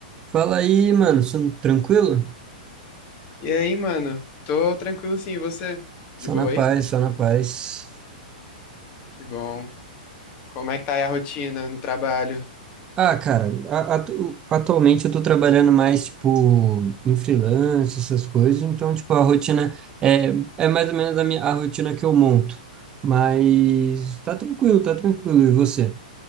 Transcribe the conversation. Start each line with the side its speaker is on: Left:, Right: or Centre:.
Right: Fala aí, mano, só- tranquilo?
Left: E aí, mano? Tô tranquilo sim, e você?
Right: Só
Left: De boa
Right: na paz,
Left: aí?
Right: só na paz.
Left: Que bom. Como é que tá aí a rotina no trabalho?
Right: Ah, cara, a- atu- atualmente eu tô trabalhando mais, tipo, em freelance, essas coisas, então, tipo, a rotina é, é mais ou menos a minha, a rotina que eu monto. Mas tá tranquilo, tá tranquilo. E você?